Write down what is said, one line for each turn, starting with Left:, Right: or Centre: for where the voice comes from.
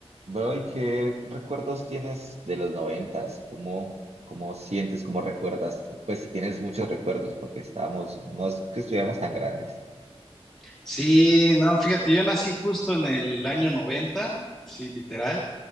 Right: Bro, ¿y qué recuerdos tienes de los noventas? ¿Cómo, cómo sientes, cómo recuerdas? Pues si tienes muchos recuerdos, porque estábamos, no es que estuviéramos tan grandes.
Centre: Sí, no, fíjate, yo nací justo en el año 90, sí, literal.